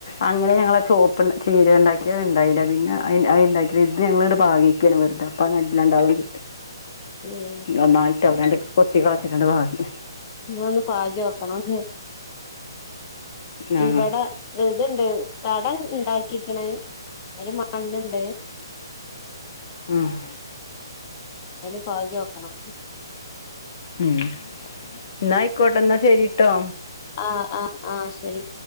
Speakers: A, on the left; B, on the left.
A: അങ്ങനെ ഞങ്ങള ചോപ്പ്ന്ന് ചീരണ്ടാക്കി അത് ണ്ടായില്ല, പിന്നെ അയ്ണ്ടാക്കിയ ഇത് ഞങ്ങളത് പാകീക്കാണ് വെർതെ പ്പൊ നല്ലോം ണ്ടാവണ്ട്
B: ഉം
A: ഒന്നായിട്ട് അവിടങ് കൊത്തി കളച്ചിട്ട് പാകി
B: ന ഒന്നു പാകി നോക്കണം ഹേ
A: ആ
B: ഇവിടെ ഇത്ണ്ട് തടം ണ്ടാക്കിക്ക്ണ് അയ്ന് മണ്ണ്ണ്ട്
A: ആഹ്
B: അയ്ല് പാകി നോക്കണം
A: മ്മ്ഹ് എന്ന ആയിക്കോട്ടെ എന്നാ ശരിട്ടോ
B: അഹ് അഹ് ആഹ് ശരി